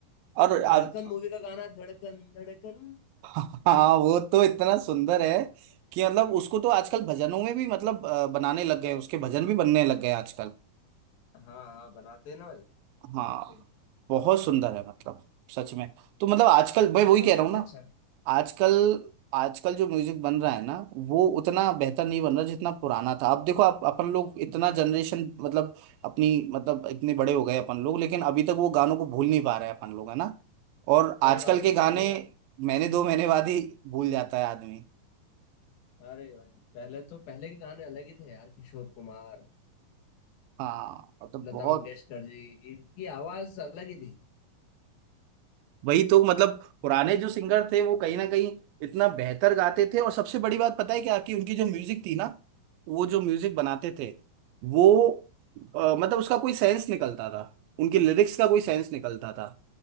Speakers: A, on the right (about 85°); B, on the left (about 80°).
A: और आप
B: धड़कन मूवी का गाना धड़कन धड़कन
A: <laughs> हाँ
B: वो
A: वो तो इतना सुंदर है कि मतलब उसको तो आजकल भजनों में भी मतलब अ, बनाने लग गए हैं, उसके भजन भी बनने लग गए हैं आजकल
B: हाँ हाँ बनाते हैं ना भाई
A: हाँ
B: बनाते हैं
A: बहुत सुंदर है मतलब सच में तो मतलब आजकल मैं वही
B: आतिफ
A: कह
B: असलम
A: रहा हूँ
B: भी
A: ना
B: अच्छा है
A: आजकल आजकल जो म्यूजिक बन रहा है ना वो उतना बेहतर नहीं बन रहा जितना पुराना था अब देखो आप अपन लोग इतना जनरेशन मतलब अपनी मतलब इतने बड़े हो गए अपन लोग लेकिन अभी तक वो गानों को भूल नहीं पा रहे हैं अपन लोग है ना और आजकल
B: सही बात
A: के
B: है भाई
A: गाने
B: ये बात है
A: महीने दो महीने बाद ही भूल जाता है आदमी
B: अरे भाई पहले तो पहले के गाने अलग ही थे यार किशोर कुमार
A: हाँ मतलब
B: लता
A: बहुत
B: मंगेशकर जी इनकी आवाज अलग ही थी
A: वही तो मतलब पुराने जो सिंगर थे वो कहीं ना कहीं इतना बेहतर गाते थे और सबसे बड़ी बात पता है क्या कि उनकी जो म्यूजिक थी ना वो जो म्यूजिक बनाते थे वो अ, मतलब उसका कोई सेंस निकलता था उनकी लिरिक्स का कोई सेंस निकलता था